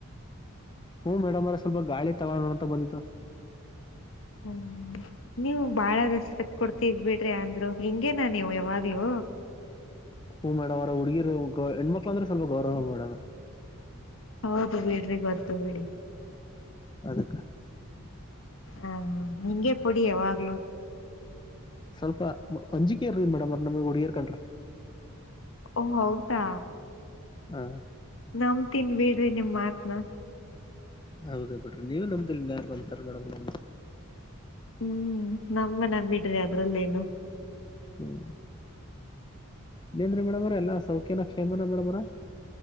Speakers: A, on the left (about 20°); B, on the left (about 60°).
A: ಹೂ ಮೇಡಮ್ ಅವರೇ ಸ್ವಲ್ಪ ಗಾಳಿ ತಗೊಳೋಣ ಅಂತ ಬಂದಿದ್ದು
B: ಹ್ಮ್ ನೀವು ಬಹಳ ರೆಸ್ಪೆಕ್ಟ್ ಕೊಡ್ತೀರಿ ಬಿಡ್ರಿ ಅಂದ್ರು ಹಿಂಗೇನಾ ನೀವು ಯಾವಾಗ್ಲೂ
A: ಹೂ ಮೇಡಮ್ ಅವರೇ ಹುಡುಗಿರು ಹೆಣ್ಮಕ್ಕಳು ಅಂದ್ರೆ ಸ್ವಲ್ಪ ಗೌರವ ಮೇಡಮ್
B: ಹೌದು ಬಿಡ್ರಿ ಗೊತ್ತು ಬಿಡಿ
A: ಅದಕ್ಕ
B: ಹಾ ಹಿಂಗೆ ಕೊಡಿ ಯಾವಾಗ್ಲುೂ
A: ಸ್ವಲ್ಪ ಅಂಜಿಕೆರಿ ಮೇಡಮ್ ನಮಗ್ ಹುಡುಗರ್ಕಂಡ್ರ
B: ಓ ಹೌದಾ
A: ಹಾ
B: ನಂಬತಿನಿ ಬಿಡ್ರಿ ನಿಮ್ ಮಾತ್ನಾ
A: ಹೌದ ಬಿಡ್ರಿ ನೀವು ನಮ್ದಲೇ ಇನ್ಯಾರ್ ನಂಬುತ್ತಾರೆ ಮೇಡಂ ನಮ್ಮನ್ನ
B: ಹ್ಮ್ ನಮ್ಮನ್ನ ಬಿಡ್ರಿ ಅದ್ರಲ್ಲೇನು
A: ಹ್ಮ್ ಹಿನ್ನೆಂದ್ರಿ ಮೇಡಮ್ ಅವರೇ ಎಲ್ಲ ಸೌಖ್ಯನಾ ಕ್ಷೇಮನಾ ಮೇಡಮ್ರೇ